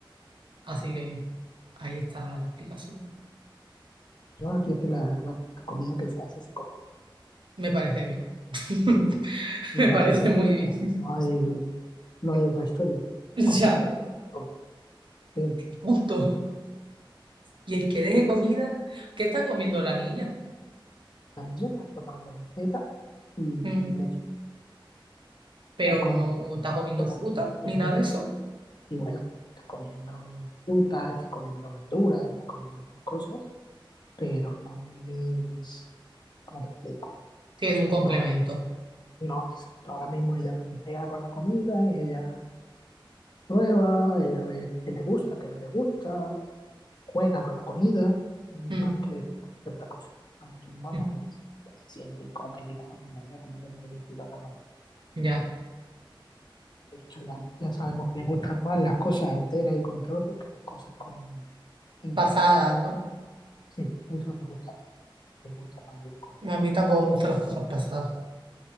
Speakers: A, on the right; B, on the left.
A: Así que ahí está la explicación.
B: no, aquí es que la, la- la comida que se hace se come.
A: Me parece bien. <laughs>
B: Básicamente,
A: Me parece muy bien. <laughs>
B: No hay, no hay otra historia.
A: Ya,
B: Comida que con- sí,
A: punto. Y el que deje comida, ¿qué está comiendo la niña?
B: la niña está tomando teta y
A: Mm,
B: leche.
A: Pero
B: Está con,
A: no está comiendo
B: con
A: fruta
B: alimentación
A: ni nada de eso.
B: Y bueno, está comiendo fruta, está comiendo verduras, está comiendo esas cosas, pero no es, ¿cómo te explico?
A: Sí, es un complemento.
B: No, no, exacto. Ahora mismo ella tontea con la comida, ella prueba, ella ve qué le gusta, qué no le gusta, juega con la comida, más
A: Mm,
B: que que otra cosa. Ahora mismo
A: mm,
B: no es, se siente y coma y diga, "Ah, pues me voy a comer medio kilo de garbanzo.
A: Ya,
B: De hecho, ya, ya sabemos que me gustan más las cosas enteras y con trozos que las cosas con, en
A: pasadas,
B: crema
A: ¿no?
B: Sí, eso le gusta, le gusta más las cosas.
A: No, A mí tampoco me gustan las cosas pasadas.